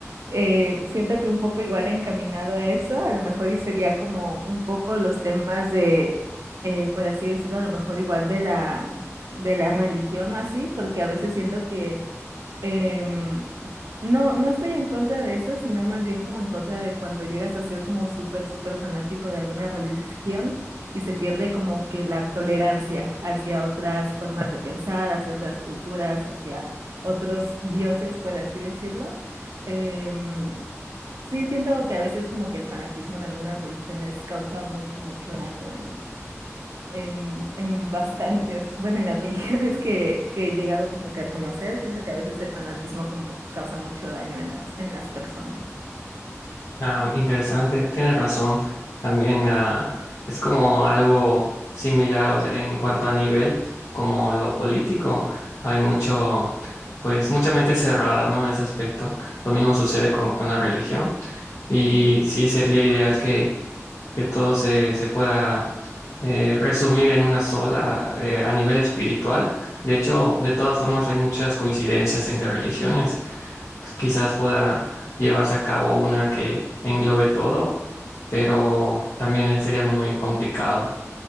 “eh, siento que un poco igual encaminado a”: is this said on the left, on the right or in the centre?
Right